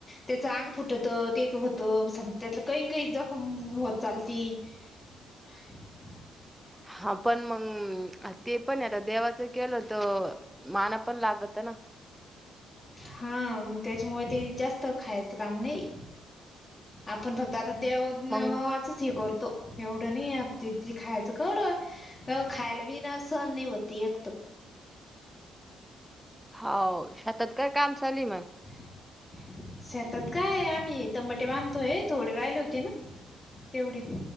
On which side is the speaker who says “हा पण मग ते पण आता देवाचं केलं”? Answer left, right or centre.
Centre